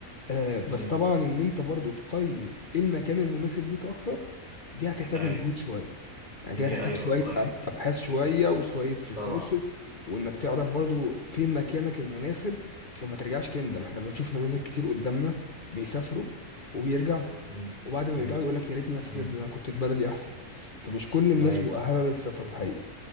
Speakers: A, on the left (about 35°); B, on the right (about 30°).
A: آه بس
B: امم
A: طبعا ان انت برضو تقيم ايه المكان المناسب ليك اكتر دي هتحتاج
B: ايوه
A: مجهود شويه يعني دي
B: دي
A: هتحتاج
B: ايوه
A: شويه أب-
B: ايوه ايوه
A: ابحاث شويه وشويه ريسيرشز
B: طبعا
A: وانك تعرف برضو فين مكانك المناسب عشان ما ترجعش تندم احنا بنشوف نماذج كتير قدامنا بيسافروا وبيرجعوا
B: امم
A: وبعد ما
B: امم
A: يرجعوا يقول لك يا ريتني ما سافرت
B: امم
A: ده انا كنت في بلدي احسن فمش كل الناس
B: ايوه
A: مؤهله
B: ايوه
A: للسفر الحقيقه